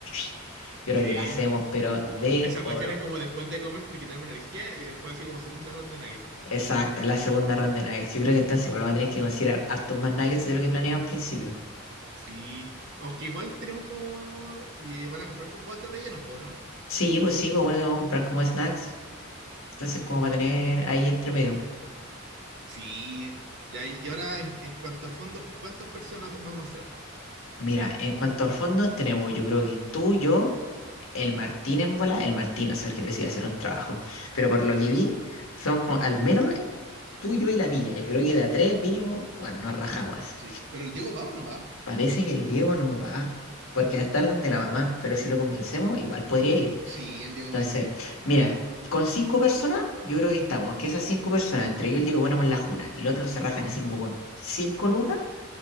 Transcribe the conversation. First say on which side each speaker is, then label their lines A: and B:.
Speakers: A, on the left; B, on the right.
A: <laughs> Yo creo
B: Sí.
A: que la hacemos, pero de
B: Esa
A: oro.
B: cuestión es como después de comer porque tenemos energía y después así como segunda ronda de nuggets.
A: Exacto, la segunda ronda de nuggets. Yo creo que entonces igual vamos a tener que considerar hartos más nuggets de lo que planeamos al principio.
B: Sí, aunque igual tenemos como. Y eh, van a comprar como guas de relleno, po, ¿no?
A: Sí, pues sí, pues bueno, que vamos a comprar como snacks. Entonces, como para tener ahí entre medio.
B: Sí, y, ahí- y ahora en, en cuanto a fondos, ¿cuántas personas vamos a hacer?
A: Mira, en cuanto a fondos, tenemos, yo creo que tú, yo, el Martín en bola, el Martín, a saber que parece que va a hacer un trabajo. Pero por lo que vi, somos como, al menos tú, yo y la milla. Yo creo que de a tres mínimo, bueno, nos rajamos.
B: Sí, pero el Diego va o no va?
A: Parece que el Diego no va, porque va a estar donde la mamá, pero si lo convencemos, igual podría ir.
B: Sí, el Diego
A: Entonces,
B: va a ir.
A: mira, con cinco personas, yo creo que estamos. Que esas cinco personas, entre yo y el Diego, ponemos la juna y los otros se rajan
B: Ujú.
A: así como con cinco lucas,